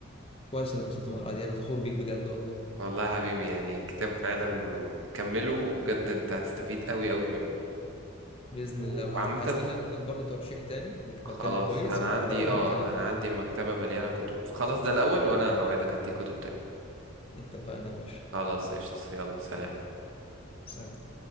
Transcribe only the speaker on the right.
والله يا حبيبي يعني كتاب فعلا كمله بجد انت هتستفيد قوي قوي منه
و-
وعامة ف-
خلاص
انا
عندي
اه
انا عندي مكتبة مليانة كتب خلاص ده الاول وانا هوعدك اديك كتب تانية
خلاص قشطة يلا سلام